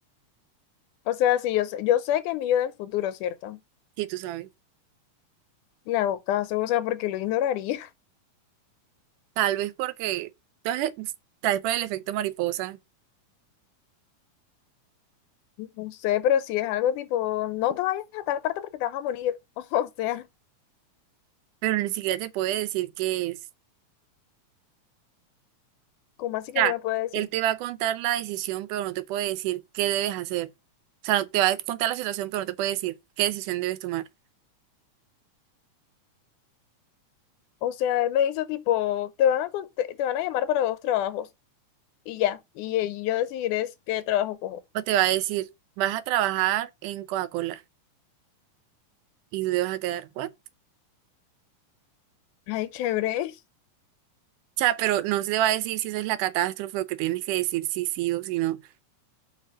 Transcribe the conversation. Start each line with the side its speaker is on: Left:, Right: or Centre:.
Left: O sea, sí, yo sé, yo sé que es mío del futuro, ¿cierto?
Right: Si tú sabes.
Left: Le hago caso, o sea, porque lo ignoraría. <laughs>
Right: Tal vez porque, tal vez tal vez por el efecto mariposa,
Left: No sé, pero si es algo tipo, no te vayas a tal parte porque te vas a morir. <laughs> O sea,
Right: pero ni siquiera te puede decir qué es.
Left: ¿cómo así que
Right: sea,
Left: no me puede decir?
Right: él te va a contar la decisión, pero no te puede decir qué debes hacer. O sea, te va a contar la situación, pero no te puede decir qué decisión debes tomar.
Left: O sea, él me hizo tipo, te van a, con- te, te van a llamar para dos trabajos y ya. Y, y yo decidiré es qué trabajo cojo.
Right: O te va a decir, vas a trabajar en Coca-Cola y tú te vas a quedar, ¿what?
Left: Ay, chévere. <laughs>
Right: O sea, pero no se te va a decir si eso es la catástrofe o que tienes que decir si sí o si no.